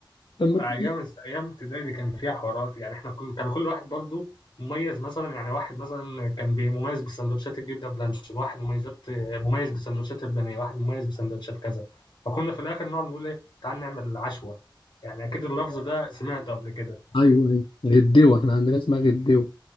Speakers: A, on the left; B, on the left.
A: لما كان-
B: أيام أيام ابتدائي دي كان فيها حوارات يعني إحنا كل كان كل واحد برضو مميز مثلا يعني واحد مثلا كان بي- مميز بسندوتشات الجبنة بلانشون واحد مميزات مميز بسندوتشات البانيه واحد مميز بسندوتشات كذا فكنا في الآخر نقعد نقول إيه تعال نعمل عشوة يعني أكيد اللفظ ده سمعته قبل كده
A: ايوه ايوه غديوه احنا عندنا اسمها غديوه